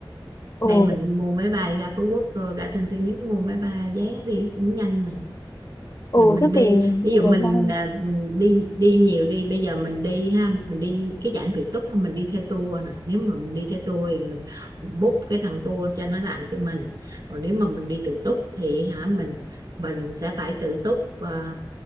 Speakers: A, on the left; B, on the right.
A: ừ
B: đây mình mua máy bay ra Phú Quốc rồi ra Tân Sơn Nhất mua máy bay vé đi cũng nhanh mà
A: ừ
B: giờ mình
A: thế
B: đi
A: thì
B: ví
A: đi
B: dụ mình
A: máy bay
B: à, đi đi nhiều đi bây giờ mình đi ha mình đi cái dạng tự túc ha mình đi theo tour nè nếu mà mình đi theo tour thì mình book cái thằng tour cho nó làm cho mình còn nếu mà mình đi tự túc thì hả mình mình sẽ phải tự túc à,